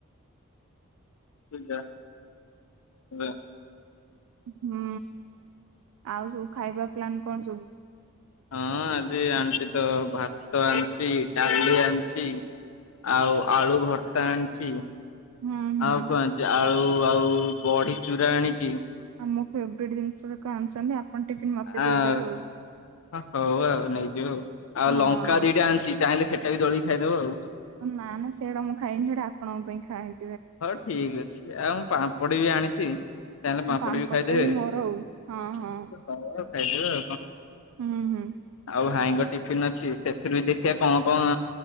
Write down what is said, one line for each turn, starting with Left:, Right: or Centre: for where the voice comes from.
Left: <unintelligible> ହଁ।
Right: ହୁଁ। ଆଉ ସବୁ ଖାଇବା ପ୍ଲାନ କଣ ସବୁ?
Left: ହଁ ଆଜି ଆଣିଛି ତ ଭାତ ଆଣିଛି, ଡାଲି ଆଣିଛି ଆଉ ଆଳୁ ଭର୍ତା ଆଣିଛି,
Right: ହୁଁ ହୁଁ
Left: ଆଉ କଣ ଆଣିଚି ଆଳୁ ଳୁ ଆଉ ବଢ଼ି ଚୁରା ଆଣିଚି
Right: ଆଉ ମୋ ଫେବରାଇଟ୍ ଜିନିଷ ଯାକ ଆଣିଛନ୍ତି ଆପଣ ଟିଫିନ୍ ମତେ ଦେଇଦେବେ
Left: ଆ
Right: ଆଉ।
Left: ହଉ ଆଉ ନେଇଯିବ ଆଉ। ଆଉ
Right: ହଁ
Left: ଲଙ୍କା ଦିଟା ଆଣିଛି ଚାହିଁଲେ ସେଇଟା ବି ଦଳିକି ଖାଇଦବ ଆଉ।
Right: ନା ନା ସେଗୁଡ଼ା ମୁଁ ଖାଏନି ସେଗୁଡ଼ା ଆପଣଙ୍କ ପାଇଁ ଖାଏ
Left: ହଉ ଠିକ ଅଛି। ଆଉ ମୁଁ ପାମ୍ପଡି ବି ଆଣିଚି ଚାହିଁଲେ
Right: ହଁ
Left: ପାମ୍ପଡ ବି ଖାଇଦେବେ,
Right: ଟା ମୋର ଆଉ
Left: <unintelligible>
Right: ହଁ
Left: ଖାଇଦେବେ ଆଉ କଣ?
Right: ହୁଁ ହୁଁ।
Left: ଆଉ ଭାଇଙ୍କ ଟିଫିିନ ଅଛି, ସେଥିରୁ ବି ଦେଖିବା କଣ କଣ